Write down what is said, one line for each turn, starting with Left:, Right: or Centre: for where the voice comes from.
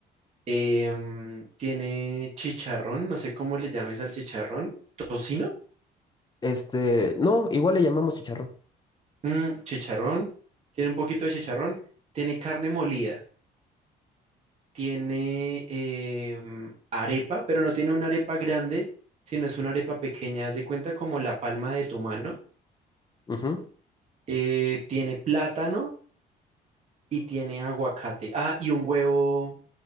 Right: em, tiene chicharrón, no sé cómo le llames al chicharrón, tocino,
Left: Este, no, igual le llamamos chicharrón.
Right: mm, chicharrón, tiene un poquito de chicharrón, tiene carne molida, tiene em, arepa, pero no tiene una arepa grande, sino es una arepa pequeña, haz de cuenta como la palma de tu mano
Left: Ujú,
Right: eh, tiene plátano y tiene aguacate. Ah, y un huevo,